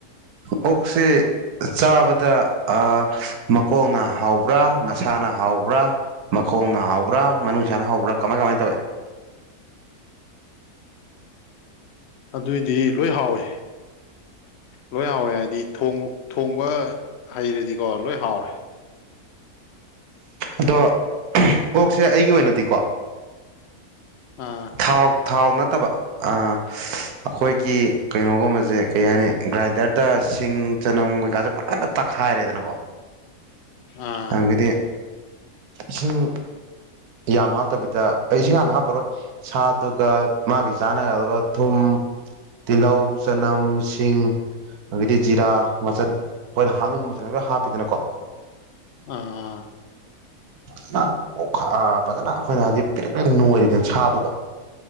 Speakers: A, on the right; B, on the left.
A: ꯑꯣꯛꯁꯦ ꯆꯥꯕꯗ ꯑꯥ ꯃꯀꯣꯛꯅ ꯍꯥꯎꯕ꯭ꯔꯥ ꯃꯁꯥꯅ ꯍꯥꯎꯕ꯭ꯔꯥ ꯃꯛ ꯈꯣꯡꯅ ꯍꯥꯎꯕ꯭ꯔꯥ ꯃꯅꯨꯡꯁꯥꯅ ꯍꯥꯎꯕ꯭ꯔꯥ ꯀꯃꯥꯏ ꯀꯃꯥꯏ ꯇꯧꯋꯦ
B: ꯑꯗꯨꯏꯗꯤ ꯂꯣꯏ ꯍꯥꯎꯋꯦ ꯂꯣꯏ ꯍꯥꯎꯋꯦ ꯍꯥꯏꯗꯤ ꯊꯣꯡ ꯊꯣꯡꯕ ꯍꯩꯔꯗꯤꯀꯣ ꯂꯣꯏ ꯍꯥꯎꯔꯦ
A: ꯑꯗꯣ ꯑꯣꯛꯁꯦ ꯑꯩꯒꯤ ꯑꯣꯏꯅꯗꯤꯀꯣ
B: ꯑꯥ
A: ꯊꯥꯎ ꯊꯥꯎ ꯅꯠꯇꯕ ꯑ ꯑꯩꯈꯣꯏꯒꯤ ꯀꯩꯅꯣꯒꯨꯝꯕꯁꯦ ꯀꯩ ꯍꯥꯏꯅꯤ ꯒ꯭ꯔꯥꯏꯟꯗꯔꯗ ꯁꯤꯡ ꯆꯅꯝ ꯀꯩꯀꯥꯁꯦ ꯐꯖꯅ ꯇꯛꯈꯥꯏꯔꯦꯗꯅꯀꯣ
B: ꯑꯥ
A: ꯑꯗꯨꯗꯒꯤꯗꯤ ꯏꯁꯤꯡ ꯌꯥꯝ ꯍꯥꯞꯇꯕꯤꯗ ꯑꯩ ꯏꯁꯤꯡ ꯍꯥꯟꯅ ꯍꯥꯞꯄꯔꯣꯏ ꯁꯥꯗꯨꯒ ꯃꯥꯒꯤ ꯆꯥꯅꯒꯗꯕ ꯊꯨꯝ ꯇꯤꯜꯍꯧ ꯆꯅꯝ ꯁꯤꯡ ꯑꯗꯩꯗꯤ ꯖꯤꯔꯥ ꯃꯆꯜ ꯑꯩꯈꯣꯏꯅ ꯍꯥꯞꯅꯤꯡꯕ ꯃꯆꯜ ꯂꯣꯏ ꯍꯥꯞꯄꯦꯗꯅꯀꯣ
B: ꯑꯥ
A: ꯐꯖꯅ ꯑꯣꯈꯥ ꯑ ꯐꯖꯅ ꯑꯩꯈꯣꯏꯅ ꯍꯧꯖꯤꯛ ꯄ꯭ꯔꯦꯛ ꯄ꯭ꯔꯦꯛ ꯅꯣꯏꯔꯦꯗꯅ ꯁꯥꯗꯨꯒ